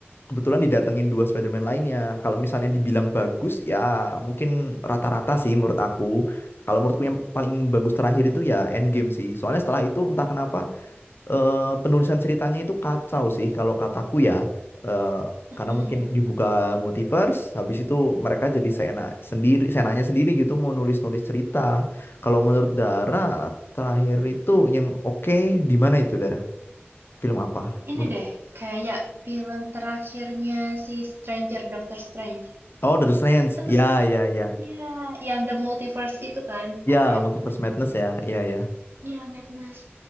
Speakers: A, on the left; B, on the right.
A: kebetulan didatengin dua Spider-Man lainnya. Kalau misalnya dibilang bagus ya mungkin rata-rata sih menurut aku. Kalau menurutku yang paling bagus terakhir itu ya Endgame sih. Soalnya setelah itu entah kenapa eh, penulisan ceritanya itu kacau sih kalau kataku ya. Eh, karena
B: Mm-mm.
A: mungkin dibuka multiverse, habis itu mereka jadi seenak sendiri, seenaknya sendiri gitu mau nulis-nulis cerita. Kalau menurut Dara, terakhir itu yang oke di mana itu Dara? Film apa?
B: Ini
A: Untuk
B: deh, kayak film terakhirnya si Stranger Doctor Strange.
A: Oh, The Strange.
B: Itu aku
A: Ya,
B: se-
A: ya, ya.
B: Iya, yang The Multiverse itu kan,
A: Ya,
B: apa ya?
A: Multiverse
B: The Mul-
A: Madness ya. Ya, ya.
B: Iya, Madness.